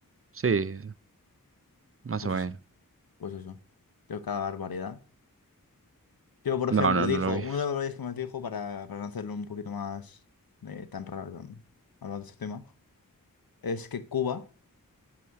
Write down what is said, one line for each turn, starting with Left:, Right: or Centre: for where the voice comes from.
Right: sí, más
Left: Y pues
Right: o menos.
Left: eso, pues eso. Dijo cada barbaridad. Yo, por ejemplo,
Right: No, no,
Left: dijo,
Right: no lo vi.
Left: uno de los valores que me dijo para, para no hacerlo un poquito más eh, tan raro tan- hablando de este tema, es que Cuba